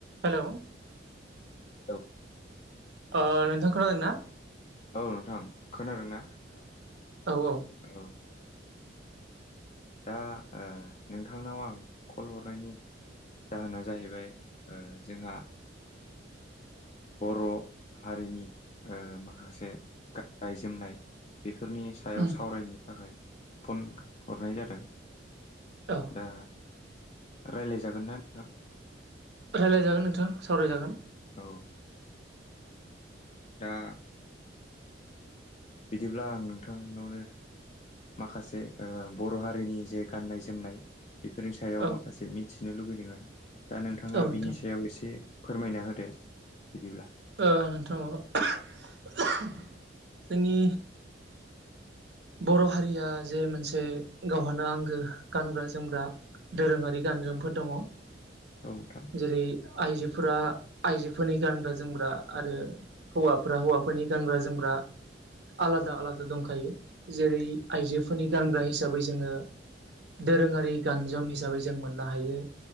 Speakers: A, on the right; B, on the left.
A: हेलै
B: औ।
A: ओ नोंथां खोनादोंना?
B: औ नोंथां खोनादों ना?
A: औ ओ
B: औ दा ओ नोंथांनाव आं कल हरनायनि जाहोना जाहैबाय। ओ जोंहा बर'। हारिनि ओ माखासे गाननाय जोमनाय। बेफोरनि सायाव
A: उम
B: सावरायनो थाखाय फन हरनाय जादों।
A: औ
B: दा राय्लाय जागोन ना नोंथां?
A: राय्लायजागोन नोंथां सावरायजागोन।
B: औ दा बिदिब्ला आं नोंथांनावनो। माखासे ओ बर' हारिनि जे गाननाय जोमनाय। बेफोरनि सायाव
A: औ
B: माखासे मिथिनो लुबैदों आरो दा नोंथाङा
A: औ
B: बिनि
A: नोंथां
B: सायाव एसे फोरमायना होदो बिदिब्ला
A: ओ नोंथां ओ जोंनि। बर' हारिया जे मोनसे गावहानो आंगो गानग्रा जोमग्रा। दोरोङारि गानजोमफोर दङ
B: औ नोंथां।
A: जेरै आइजोफोरा आइजोफोरनि गानग्रा जोमग्रा आरो हौवाफोरा हौवाफोरनि गानग्रा जोमग्रा आलादा आलादा दंखायो जेरै आइजोफोरनि गानग्रा हिसाबै जोङो दोरोङारि गानजोम हिसाबै जों मोननो हायो